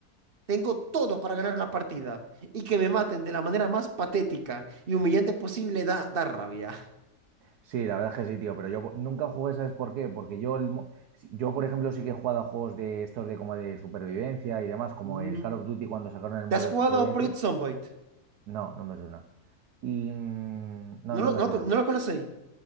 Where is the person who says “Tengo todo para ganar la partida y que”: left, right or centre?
Right